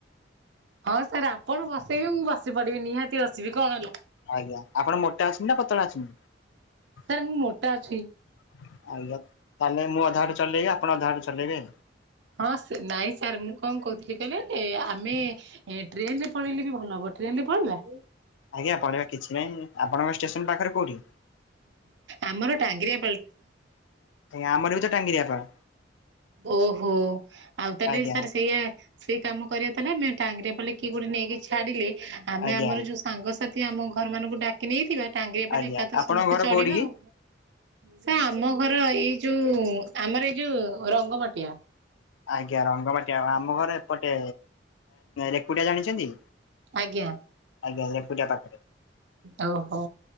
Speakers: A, on the right; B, on the left.
A: ହଁ ସାର୍ ଆପଣ ବସେଇବେ ମୁଁ ବସି ପଡିବି ନିହାତି ବସିବି କଣ ହେଲା।
B: ଆଜ୍ଞା ଆପଣ ମୋଟା ଅଛନ୍ତି ନା ପତଳା ଅଛନ୍ତି।
A: ସାର୍ ମୁଁ ମୋଟା ଅଛି।
B: ତାହେଲେ ମୁଁ ଅଧାବାଟ ଚଲେଇବି ଆପଣ ଅଧାବାଟ ଚଲେଇବେ।
A: ହଁ ସେ ନାଇଁ ସାର୍ ମୁଁ କଁ କୋହୁଥିଲି କହିଲେ ଏ ଆମେ ଟ୍ରେନ ରେ ପଳେଇଲେ ବି ଭଲ ହବ। ଟ୍ରେନ ରେ ପଳେଇବା।
B: ଆଜ୍ଞା ପଳେଇବା କିଛି ନାହିଁ ଆପଣଙ୍କ ଷ୍ଟେସନ ପାଖରେ କୋଉଁଠି।
A: ଆମର ଟାଙ୍ଗିରେ।
B: ନାଇଁ ଆମର ବି ତ ଟାଙ୍ଗିରିଆ ପାଳ୍।
A: ଓହୋ ଆଉ ତାହେଲେ
B: ଆଜ୍ଞା
A: ସାର୍ ସେଇଆ। ସେଇ କାମ କରିବା ତାହେଲେ ଆମେ ଟାଙ୍ଗିରିଆ ପାଳ କିଏ ଗୋଟେ ନେଇକି ଛାଡିଲେ। ଆମେ
B: ଆଜ୍ଞା
A: ଆମର ଯୋଉ ସାଙ୍ଗସାଥି ଆମ ଘର ମାନଙ୍କୁ ଡାକି ନେଇଥିବା ଟାଙ୍ଗିରିଆ ପାଳ
B: ଆଜ୍ଞା
A: ଏକାଥରେ
B: ଆପଣଙ୍କ
A: ସମସ୍ତେ
B: ଘର
A: ଚଢିବା
B: କୋଉଠି କି?
A: ଆଉ। ସାର୍ ଆମ ଘର ଏଇ ଯୋଉ ଆମର ଏଇ ଯୋଉ ରଙ୍ଗ ମାଟିଆ।
B: ଆଜ୍ଞା ରଙ୍ଗମାଟିଆ ଆମ ଘର ଏପଟେ ରେକୁଡିଆ ଜାଣିଚନ୍ତି।
A: ଆଜ୍ଞା।
B: ଆଜ୍ଞା ରେକୁଡ଼ିଆ ପା
A: ଓହୋ